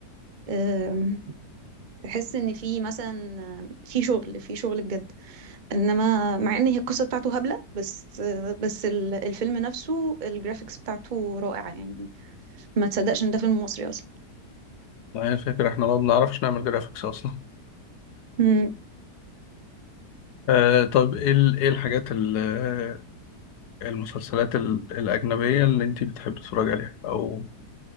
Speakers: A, on the right; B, on the left.
A: آم، تحس إن في مثلا آه، في شغل في شغل بجد إنما مع إن هي القصة بتاعته هبلة بس آه، بس ال- الفيلم نفسه الجرافيكس بتاعته رائعة يعني ما تصدقش إن ده فيلم مصري أصلا
B: يعني الفكرة احنا ما بنعرفش نعمل جرافيكس أصلا <laughs>
A: مم.
B: آه طب ايه ال... ايه الحاجات ال... آه، المسلسلات ال... الأجنبية اللي انت بتحب تتفرج عليها أو